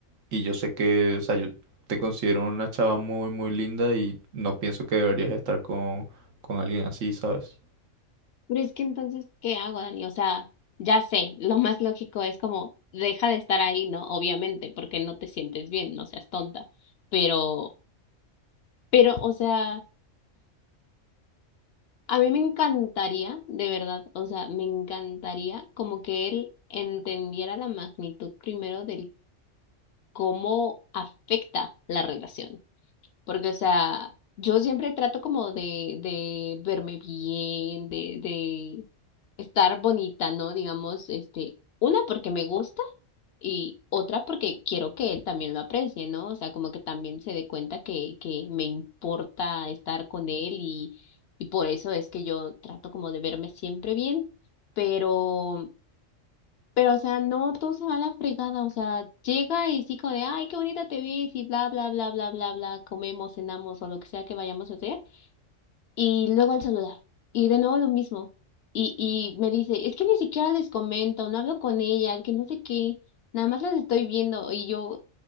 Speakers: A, on the right (about 80°); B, on the left (about 65°).
A: y yo sé que, o sea, yo te considero una chava muy, muy linda y no pienso que deberías estar con, con alguien así, ¿sabes?
B: Pero es que entonces, ¿qué hago, Dani? O sea, ya sé, lo más lógico es como, deja de estar ahí, ¿no? Obviamente, porque no te sientes bien, no seas tonta. Pero, pero, o sea, a mí me encantaría, de verdad, o sea, me encantaría como que él entendiera la magnitud primero del cómo afecta la relación. Porque, o sea, yo siempre trato como de, de verme bien, de, de estar bonita, ¿no? Digamos, este, una porque me gusta y otra porque quiero que él también lo aprecie, ¿no? O sea, como que también se dé cuenta que, que me importa estar con él y, y por eso es que yo trato como de verme siempre bien, pero... Pero, o sea, no todo se va a la fregada, o sea, llega y sí como de, ay, qué bonita te ves y bla, bla, bla, bla, bla, bla, comemos, cenamos o lo que sea que vayamos a hacer, y luego al celular, y de nuevo lo mismo, y, y me dice, es que ni siquiera les comento, no hablo con ellas, que no sé qué, nada más las estoy viendo, y yo,